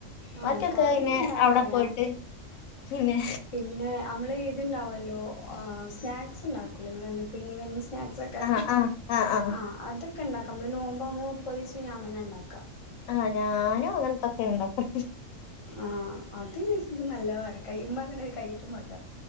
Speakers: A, on the left; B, on the left.
A: ആഹ്
B: ബാക്കിയൊക്കെ
A: കറിക്കെ
B: പിന്നെ
A: ഇണ്ടാക്കാറ്യാ
B: അവിടെ പോയിട്ട് പിന്നെ
A: പിന്നെ ആമ്മള് ഇത്. ഇത്ണ്ടാവുല്ലോ സ്നാക്സ് ഇണ്ടാക്കുലെ ഇന്ന് പറ്ഞ്ഞാ ഈവനിങ്‌ സ്നാക്സ് ഒക്കെ
B: ആഹ് ആഹ് ആഹ് ആഹ്
A: ആ അതൊക്കെ ഇണ്ടാക്കാം. നമ്മള് നോമ്പാവുമ്പോ മുപ്പത് ദിവസും ഞാൻ തന്നെ ഇണ്ടാക്കാ
B: ആഹ് ഞാനും അങ്ങൻത്തൊക്കെ ഇണ്ടകാ
A: ആഹ് അത് <unintelligible> നല്ലോ അറ്യ കയ്മട്ണെ കൈയിട്ടുമാകാ